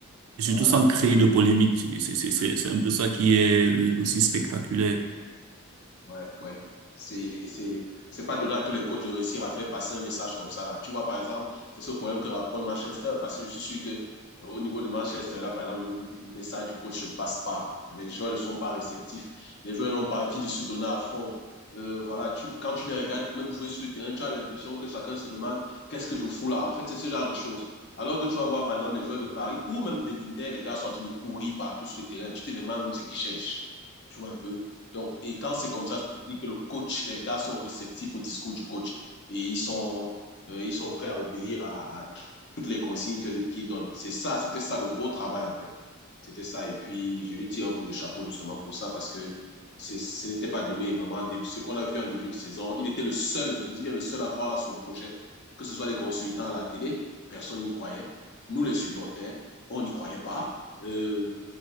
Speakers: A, on the right; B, on the left.
A: Et surtout
B: voilà,
A: sans créer
B: voilà.
A: de polémique. C'est, c'est, c'est c'est un peu ça qui est euh, aussi spectaculaire.
B: Ouais, ouais. C'est, c'est, c'est pas donné à tous les coachs de réussir à faire passer un message comme ça, là. Tu vois, par exemple, c'est ce problème que raconte Manchester, parce que je suis sûr que euh, au niveau de Manchester, là, par exemple, le message du coach ne passe pas. Les joueurs ne sont pas réceptifs. Les joueurs n'ont pas envie de se donner à fond. Euh, voilà, tu, quand tu les regardes même jouer sur le terrain, tu as l'impression que chacun se demande qu'est-ce que je fous là. En fait, c'est ce genre de choses. Alors que tu vas voir, par exemple, des joueurs de Paris ou même de l'Inter, les gars sont en train de courir partout sur le terrain. Tu te demandes même ce qu'ils cherchent. Tu vois un peu. Donc, et quand c'est comme ça, ça veut dire que le coach, les gars sont réceptifs au discours du coach et ils sont, euh, ils sont prêts à obéir à, à toutes les consignes que- qu'il donne. C'est ça, c'était ça le gros travail en fait. C'était ça. Et puis, je lui tire un coup de chapeau justement pour ça parce que c'est- ce n'était pas donné vraiment. en début- Ce qu'on a vu en début de saison, il était le seul, je dis bien le seul à croire à son projet. Que ce soit les consultants à la télé, personne n'y croyait. Nous, les supporters, on n'y croyait pas. Euh,